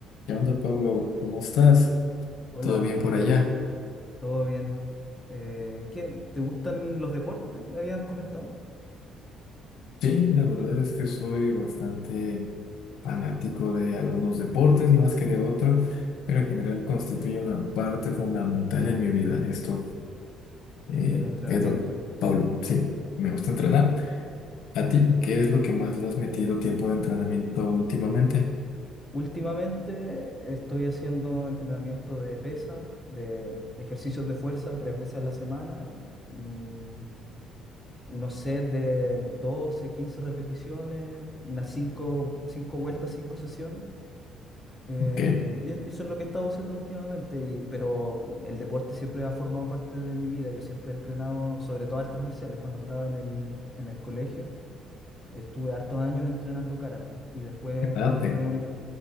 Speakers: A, on the left; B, in the centre.
A: ¿Qué onda, Pablo? ¿Cómo estás?
B: Hola,
A: ¿Todo bien por
B: ¿qué tal?
A: allá?
B: ¿Todo bien? Eh, ¿qué, te gustan los deportes? Me habías comentado.
A: Sí, la verdad es que soy bastante fanático de algunos deportes más que de otros, pero en general constituye una parte fundamental en mi vida. Esto, eh,
B: El entrenamiento.
A: Edo, Pablo, sí, me gusta entrenar. ¿A ti qué es lo que más le has metido tiempo de entrenamiento últimamente?
B: Últimamente estoy haciendo entrenamiento de pesa, de ejercicios de fuerza tres veces a la semana, mm, unos sets de 12, 15 repeticiones, unas cinco cinco vueltas, 5 sesiones. Eh,
A: ¿Qué?
B: y es- eso es lo que he estado haciendo últimamente, y- pero el deporte siempre ha formado parte de mi vida. Yo siempre he entrenado, sobre todo artes marciales, cuando estaba en el, en el colegio. Estuve hartos años entrenando karate y después
A: ¿Qué edad?
B: cuando entré a la universidad,